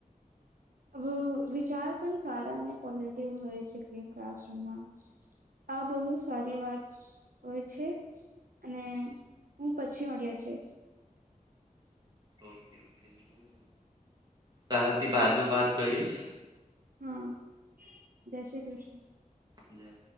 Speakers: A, on the right; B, on the right.
A: <unintelligible> વિચાર પણ સારા અને પોઝિટિવ હોય છે, ક્લીન ક્લાસરૂમમાં આ બહુ સારી વાત હોય છે અને હું પછી મળ્યા છે
B: ઓકે ઓકે હું તારાથી બાદમા વાત કરીશ
A: હા જય શ્રી કૃષ્ણ
B: જય